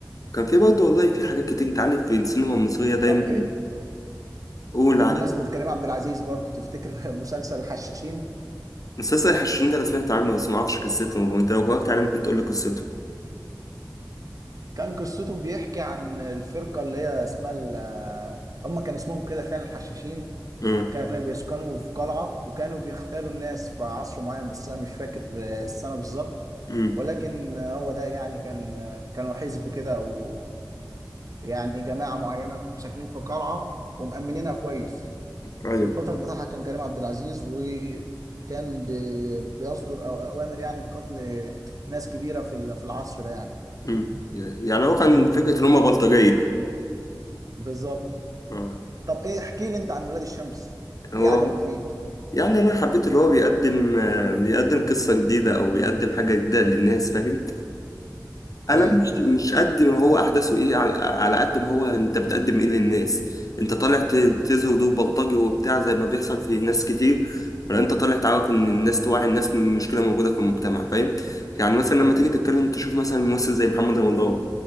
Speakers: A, on the left; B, on the right.
A: وكان في برضه والله في حاجات كتير انت عارف في السينما المصرية دايما
B: طب ايه
A: قول
B: بمناسبه كريم عبد العزيز برضو تفتكر <laughs> مسلسل الحشاشين
A: مسلسل الحشاشين ده انا سمعت عنه بس ما اعرفش قصته وانت لو وقفت عليه ممكن تقول لي قصته
B: كان قصته بيحكي عن الفرقه اللي هي اسمها ال- آه، هم كان اسمهم كده فعلا الحشاشين
A: امم
B: كانوا بيسكنوا في قلعة وكانوا بيختالوا الناس في عصر معين بس أنا مش فاكر آه، السنة بالظبط
A: امم
B: ولكن آه، هو ده يعني كان آه، كانوا حزب كده أو يعني جماعة معينة ساكنين في قلعة ومأمنينها كويس
A: ايوه
B: والبطل بتاعها كان كريم عبد العزيز وكان بي- بيصدر أو- أوامر يعني بقتل ناس كبيرة في ال- في العصر ده يعني
A: امم يعني هو كان فكره ان هم بلطجيه
B: بالظبط
A: آه.
B: طب إيه احكي لي أنت عن ولاد الشمس
A: هو
B: إيه عجبك فيه؟
A: يعني انا حبيت اللي هو بيقدم آه، بيقدم قصه جديده او بيقدم حاجه جديده للناس فاهم انا
B: فاهم
A: مش مش قد ما هو احداثه ايه على, على قد ما هو انت بتقدم ايه للناس انت طالع ت- تزهد دور بلطجي وبتاع زي ما بيحصل في ناس كتير ولا انت طالع تعرف ان الناس توعي الناس من مشكله موجوده في المجتمع فاهم يعني مثلا لما تيجي تتكلم تشوف مثلا ممثل زي محمد رمضان